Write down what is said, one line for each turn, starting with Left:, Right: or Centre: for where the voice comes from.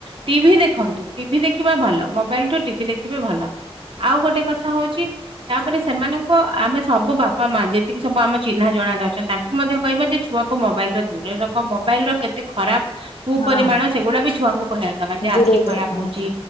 Right: ଟିଭିି ଦେଖନ୍ତୁ ଟିଭିି ଦେଖିବା ଭଲ ମୋବାଇଲଠୁ ଟିଭି ଦେଖିବେ ଭଲ। ଆଉ ଗୋଟେ କଥା ହଉଛି ତାପରେ ସେମାନଙ୍କ ଆମେ ସବୁ ବାପା ମା ଯେତିକି ସବୁ ଆମ ଚିହ୍ନା ଜଣାରେ ଅଛନ୍ତି ତାଙ୍କୁ ମଧ୍ୟ କହିବା ଯେ ଛୁଆ ମୋବାଇଲ ର ଦୂରରେ ରଖ। ମୋବାଇଲ ର କେତେ ଖରାପ କୁପରିମାଣ
Left: ହଁ
Right: ସେ ଗୋଡାକ ବି ଛୁଆଙ୍କୁ କହିବା ଦରକାର୍ ଯେ
Left: ଦୂରେଇ
Right: ଆଖି ଖରାପ
Left: ହଁ।
Right: ହଉଛି